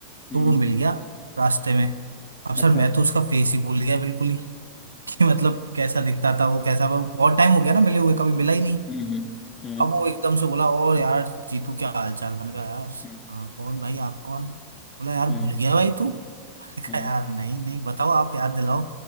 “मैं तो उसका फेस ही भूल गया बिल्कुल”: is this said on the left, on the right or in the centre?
Right